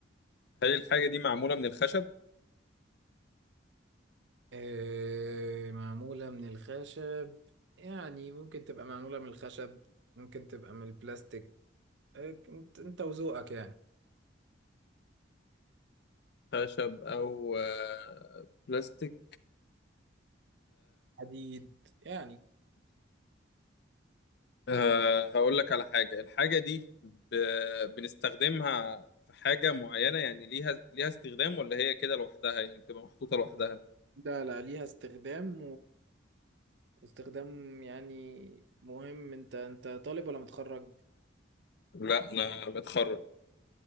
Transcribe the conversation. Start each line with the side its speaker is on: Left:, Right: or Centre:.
Left: هل الحاجه دي معموله من الخشب
Right: آه معمولة من الخشب يعني ممكن تبقى معمولة من الخشب ممكن تبقى من البلاستيك آه، انت إنت وذوقك يعني
Left: خشب او آه، بلاستيك
Right: حديد يعني
Left: أه هقول لك على حاجة الحاجة دي ب... بنستخدمها في حاجة معينة يعني ليها ليها استخدام ولا هي كده لوحدها يعني بتبقى محطوطة لوحدها
Right: لا لا ليها استخدام واستخدام يعني مهم انت انت طالب ولا متخرج
Left: لا أنا بتخرج